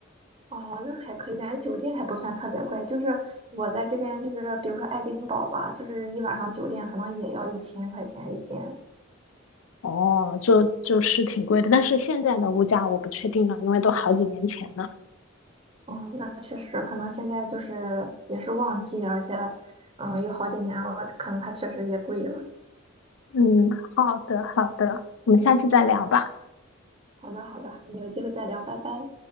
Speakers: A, on the right; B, on the left.
A: 哦，那还可以，感觉酒店还不算特别贵。就是我在这边，就是比如说爱丁堡吧，就是一晚上酒店可能也要一千块钱一间。
B: 哦，就就是挺贵的，但是现在的物价我不确定了，因为都好几年前了。
A: 哦，那确实，可能现在就是也是旺季，而且，嗯，有好几年了，可能它确实也贵了。
B: 嗯，好的好的，我们下次再聊吧。
A: 好的，好的，我们有机会再聊，拜拜。